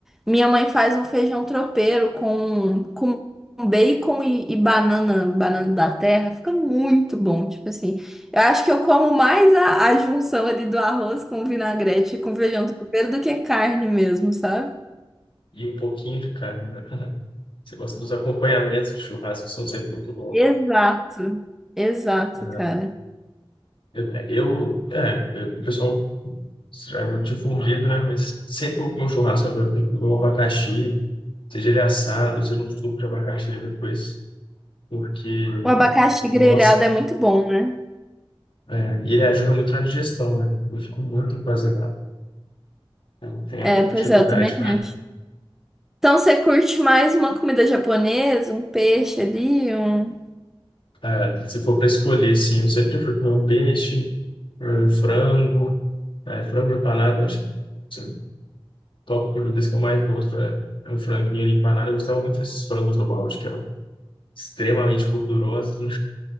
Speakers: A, in the centre; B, on the left.
A: Minha mãe faz um feijão tropeiro com, com bacon e, e banana, banana da terra. Fica muito bom. Tipo assim, eu acho que eu como mais a, a junção ali do arroz com vinagrete e com feijão tropeiro do que carne mesmo, sabe?
B: E um pouquinho de carne, né? Você gosta dos acompanhamentos de churrasco, que são sempre muito bons.
A: Exato. Exato,
B: né?
A: cara.
B: Eu, é, eu- é, eu- o pessoal já não difundido, né? Mas sempre vou comer um churrasco agora, eu tenho que comer um abacaxi, seja ele assado, seja um suco de abacaxi depois, porque,
A: O abacaxi grelhado
B: nossa,
A: é muito bom, né?
B: é, e ele ajuda muito na digestão, né? Eu fico muito empazelado, eu tenho
A: É, pois
B: dificuldade.
A: é, eu também acho. Então você curte mais uma comida japonesa, um peixe ali, um.
B: <laughs> é, se for para escolher, sim, eu sempre fui comer um peixe, um frango, É, frango empanado, acho que assim, top produtos que eu mais gosto é, é um franguinho ali empanado. Eu gostava muito desses frangos do Bob's, que eram extremamente gordurosos. né?